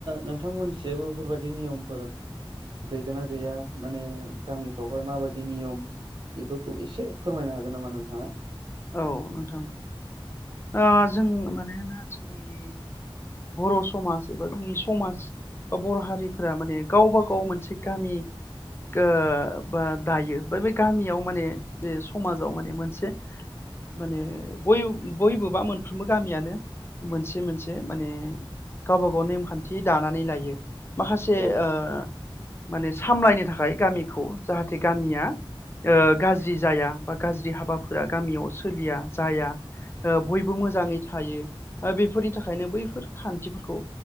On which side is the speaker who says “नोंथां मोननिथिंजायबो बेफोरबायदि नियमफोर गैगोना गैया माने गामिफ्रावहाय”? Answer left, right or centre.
Right